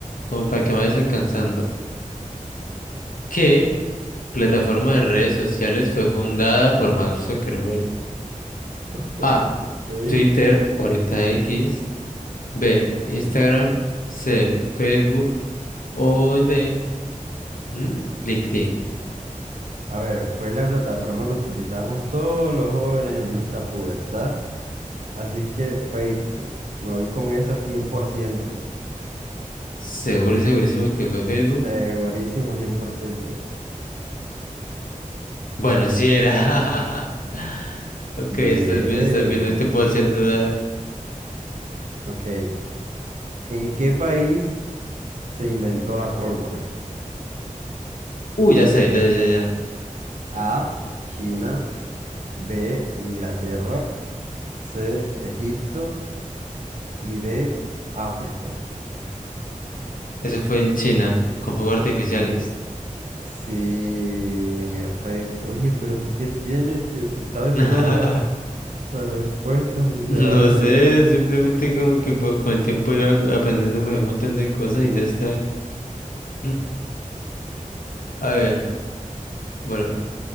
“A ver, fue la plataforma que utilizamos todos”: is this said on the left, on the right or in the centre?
Right